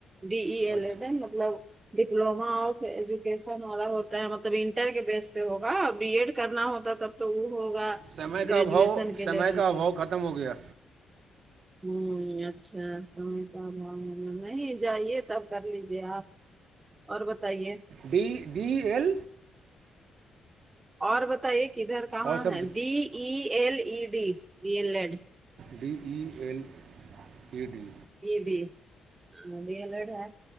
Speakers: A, on the right (about 25°); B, on the right (about 60°).
A: D E L
B: اچھا
A: Ed ہے مطلب ڈپلوما آف ایجوکیشن والا ہوتا ہے مطلب انٹر کے بیس پے ہوگا بی ایڈ کرنا ہوتا تب تو وہ ہوگا
B: سمے کا
A: گریجویشن
B: ابھاؤ
A: کے
B: سمے
A: لیول
B: کا
A: پے
B: ابھاؤ ختم ہو گیا
A: ہمم اچھا کام وام مطلب نہیں جائیے تب کر لیجے آپ اور بتائیے
B: بیی ڈی ایل
A: اور بتائیے کدھر کہاں
B: اور سب
A: ہے D E L E D D L Ed
B: D E L E D
A: A D B L Ed ہے